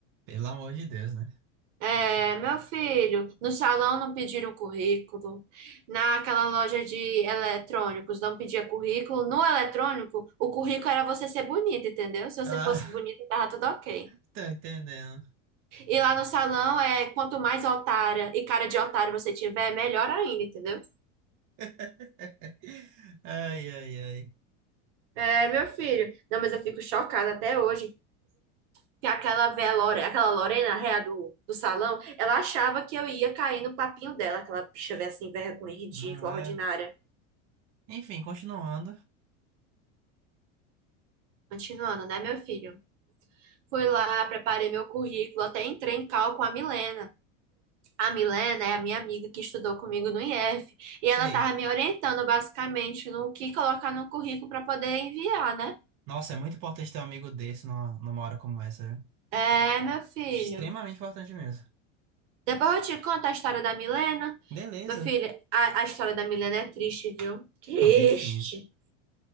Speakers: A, on the right; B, on the right.
A: pelo amor de Deus, né?
B: É, meu filho, no salão não pediram currículo, naquela loja de eletrônicos não pedia currículo, no eletrônico o currículo era você ser bonita, entendeu? Se
A: Ah,
B: você fosse bonita, tava tudo ok.
A: <laughs> tô entendendo.
B: E lá no salão é quanto mais otária e cara de otário você tiver, melhor ainda, entendeu?
A: <laughs> Ai, ai, ai.
B: É, meu filho, não, mas eu fico chocada até hoje que aquela véia Lore- aquela Lorena, a réa do, do salão, ela achava que eu ia cair no papinho dela, aquela bicha véia assim, vergonha, ridícula,
A: Não é?
B: ordinária.
A: Enfim, continuando.
B: Continuando, né, meu filho? Fui lá, preparei meu currículo, até entrei em cal com a Milena. A Milena é a minha amiga que estudou comigo no IF e
A: Sei.
B: ela estava me orientando basicamente no que colocar no currículo para poder enviar, né?
A: Nossa, é muito importante ter um amigo desse numa, numa hora como essa, viu?
B: É, meu filho.
A: Extremamente importante mesmo.
B: Depois eu te conto a história da Milena.
A: Beleza.
B: Meu filho, a, a história da Milena é triste, viu? Triste.
A: <laughs> A bichinha.